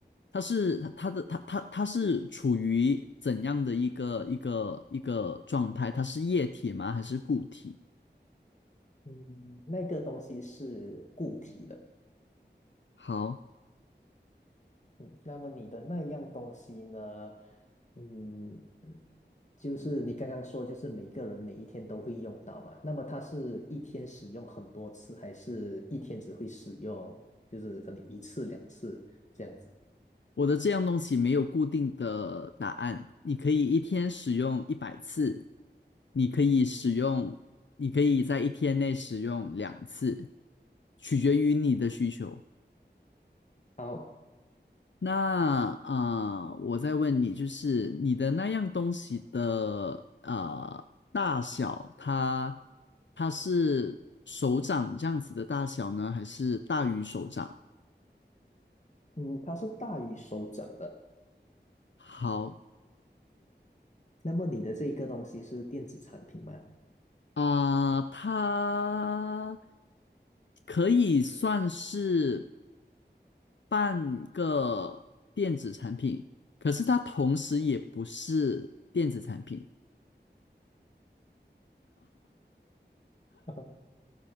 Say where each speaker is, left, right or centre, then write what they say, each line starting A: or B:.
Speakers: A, on the left; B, on the left.
A: 它是它的它它它是处于怎样的一个一个一个状态？它是液体吗？还是固体？
B: 嗯，那个东西是固体的。
A: 好，
B: 嗯，那么你的那样东西呢？嗯，就是你刚刚说，就是每个人每一天都会用到嘛。那么它是一天使用很多次，还是一天只会使用，就是可能一次两次这样子？
A: 我的这样东西没有固定的答案，你可以一天使用一百次，你可以使用，你可以在一天内使用两次，取决于你的需求。
B: 好，
A: 那啊、呃我再问你，就是你的那样东西的啊大小，它它是手掌这样子的大小呢，还是大于手掌？
B: 嗯，它是大于手掌的。
A: 好
B: 那么你的这个东西是电子产品吗？
A: 啊、它可以算是半个电子产品，可是它同时也不是电子产品。
B: <laughs>